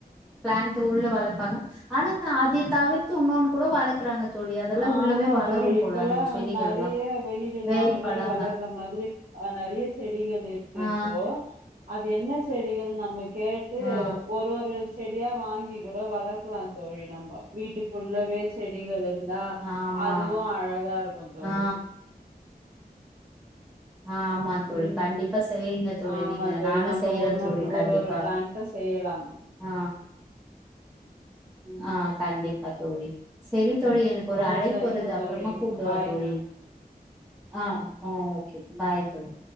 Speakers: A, in the centre; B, on the right.
A: பிளான்ட்டு உள்ள வளர்ப்பாங்க ஆனா அதே தவிர்த்து உன்னொன்னு கூட வளக் க்குறாங்க தோழி அதெல்லா
B: ஆமா
A: உள்ளவே வளரும்
B: தோழி
A: போல
B: இப்பல்லா
A: அந்த செடிகள்லா
B: நெறைய வெயில் இல்லாமலே
A: வெயில் படாம
B: வளர்ற மாதிரி ஆ நெறைய செடிகள் இருக்கு
A: ஆ
B: இப்போ அது என்ன செடிகள்னு நம்ம கேட்டு
A: ஆ
B: ஒரு ஒரு செடியா வாங்கி கூட வளர்க்கலா தோழி நம்ம வீட்டுக்குள்ளவே செடிகளு இருந்தா
A: ஆமா
B: அதுவு அழகா இருக்கு தோழி
A: ஆ ஆமா தோழி
B: ம்
A: கண்டிப்பா செய்யுங்க தோழி
B: ஆமா
A: நீங்க
B: தோழி
A: நானு
B: நம்ம
A: செய்யறே
B: ஒன்னொன்
A: தோழி கண்டிப்பா
B: ஒரு ஒரு பிளான் ட்டா செய்யலாங்
A: ஆ
B: ம்
A: ஆ கண்டிப்பா தோழி சேரி தோழி எனக்கு ஒரு
B: ஓ
A: அழைப்பு
B: சரிங்க
A: வருது அப்றமா
B: தோழி
A: கூப்டவா
B: பாய்
A: தோழி ஆ
B: ம்
A: ஆ ஓகே பாய் தோழி